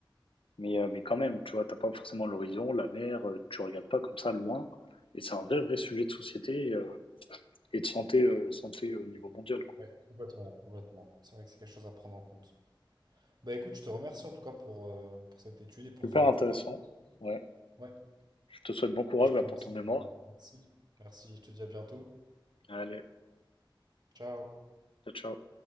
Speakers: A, on the left; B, on the right.
A: mais euh, mais quand même, tu vois, t'as pas forcément l'horizon, la mer, euh, tu regardes pas comme ça loin, et c'est un vrai vrai sujet de société euh, et de santé euh, santé euh, au niveau mondial quoi.
B: Ouais, complètement, complètement. C'est vrai que c'est quelque chose à prendre en compte. Bah écoute, je te remercie en tout cas pour, euh, pour cette étude et pour
A: Super
B: ce retour.
A: intéressant. Ouais.
B: Ouais.
A: Je te souhaite bon courage
B: Et je
A: là
B: te
A: pour
B: dis
A: ton mémoire.
B: merci. Merci, je te dis à bientôt.
A: Allez,
B: Ciao.
A: ciao ciao.